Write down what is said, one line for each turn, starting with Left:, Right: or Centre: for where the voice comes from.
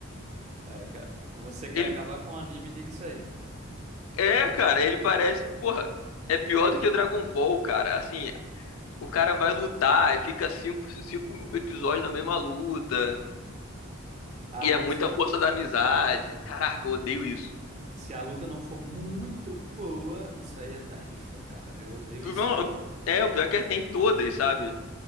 Right: é, cara, você quer
Left: ele
Right: acabar com o anime, diga isso aí.
Left: é, cara, ele parece, porra, é pior do que o Dragon Ball, cara. Assim, o cara vai lutar e fica cinco, cinco episódios na mesma luta
Right: Ah,
Left: e
Right: não.
Left: é muita
Right: Se,
Left: força da amizade. Caraca, eu odeio
Right: né?
Left: isso.
Right: Se a luta não for muito boa, isso aí é terrível, cara. Eu odeio
Left: Não,
Right: isso também.
Left: é, o pior é que tem todas, sabe?